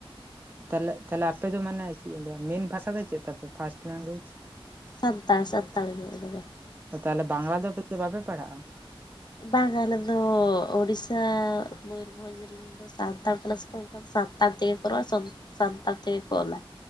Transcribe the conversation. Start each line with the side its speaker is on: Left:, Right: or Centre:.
Right: ᱛᱟᱦᱮ ᱛᱟᱦᱚᱞᱮ ᱟᱯᱮ ᱫᱚ ᱢᱟᱱᱮ ᱪᱮᱫ ᱤᱧ ᱞᱟᱹᱭᱟ ᱢᱮᱱ ᱵᱷᱟᱥᱟ ᱫᱚ ᱪᱮᱫ ᱛᱟᱯᱮ ᱯᱷᱟᱥᱴ ᱞᱮᱝᱜᱩᱭᱮᱡᱽ
Left: ᱥᱟᱱᱛᱟᱲ ᱥᱟᱱᱛᱟᱲ ᱜᱮ ᱟᱞᱮ ᱫᱚ
Right: ᱛᱟᱦᱚᱞᱮ ᱵᱟᱝᱞᱟ ᱫᱚ ᱟᱯᱮ ᱫᱚ ᱵᱟᱯᱮ ᱯᱟᱲᱦᱟᱜᱼᱟ
Left: ᱵᱟᱝ ᱟᱞᱮ ᱫᱚ ᱚᱲᱤᱥᱥᱟ ᱢᱚᱭᱩᱨᱵᱷᱚᱸᱡᱽ ᱨᱮ ᱥᱟᱱᱛᱟᱲ ᱠᱟᱱᱟ ᱥᱮ ᱥᱟᱱᱛᱟᱲ ᱛᱮᱜᱮ ᱠᱚ ᱨᱚᱲᱟ ᱥᱟᱱᱛᱟᱲ ᱛᱮᱜᱮ ᱠᱚ ᱚᱞᱟ